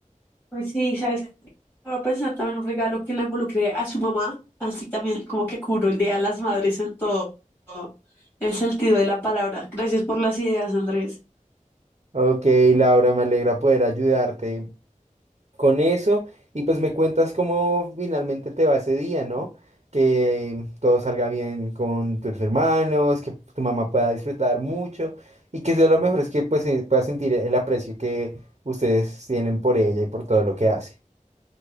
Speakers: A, on the left; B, on the right.
A: Pues sí, ¿sabes? qué? Voy a pensar también un regalo que la involucre a su mamá, así también como que cubro el Día de las Madres en todo el sentido de la palabra. Gracias por las ideas, Andrés.
B: Ok, Laura, me alegra poder ayudarte. con eso y pues me cuentas cómo finalmente te va ese día, ¿no? Que todo salga bien con tus hermanos, que tu mamá pueda disfrutar mucho y que sea lo mejor es que pues eh, pueda sentir el aprecio que ustedes tienen por ella y por todo lo que hace.